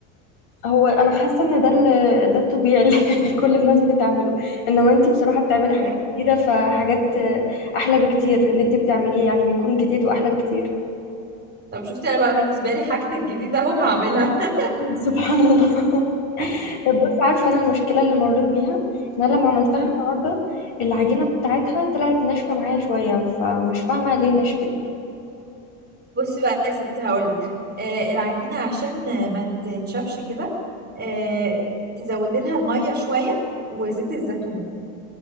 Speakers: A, on the left; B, on the right.
A: هو انا حاسة ان ده ال- ده الطبيعي اللي <laughs> كل الناس بتعمله انما انتي بصراحة بتعملي حاجات
B: إيه؟
A: جديدة فحاجات آه، احلى بكتير اللي انتي بتعمليه يعني بيكون جديد واحلى بكتير
B: طب شفتي أنا بقى بالنسبة لي حاجتي الجديدة أهو هعملها <laughs>
A: <laughs> سبحان الله <laughs> طب بصي عارفة انا المشكلة اللي مريت بيها ان انا لما عملتها
B: مم.
A: النهاردة العجينة بتاعتها طلعت ناشفة معايا شوية فمش فاهمة ليه نشفت
B: بصي بقى يا ستي هقولك آه العجينة عشان آه، ما تنشفش كده آه تزودي لها المية شوية وزيت الزيتون